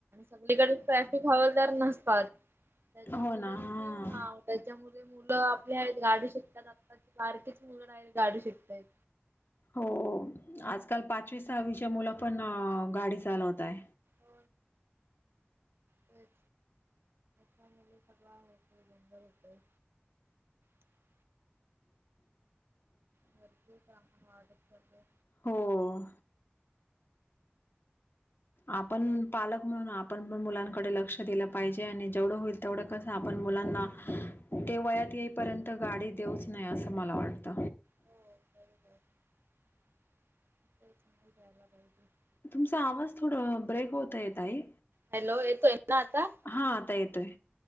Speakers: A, on the right; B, on the left.
A: अलीकडे ट्रॅफिक हवालदार नसतात. त्याच्या
B: हो
A: मु
B: ना
A: क
B: हा
A: त्याच्या मु मुलं आपल्या आहेत गाडी शकताना. बारकीच मुलं आत गाडी शिकतात.
B: हो आजकाल पाचवी सहावीच्या, मुला पण गाडी चालवतय.
A: हो तेच, त्याली सगव होते, <unintelligible> वरतून काम वाढत जाता,
B: हो आपण पालक म्हणून, आपण पण मुलांकडे लक्ष दिलं. पाहिजे आणि जेवढं होईल तेवढं कसं आपण मुलांना ते वयात येईपर्यंत गाडी देऊच नाही, असं मला वाटत.
A: हो <unintelligible>
B: तुमचा आवाज थोड ब्रेक होत ताई.
A: हॅलो तो एनाता?
B: हा आता येतोय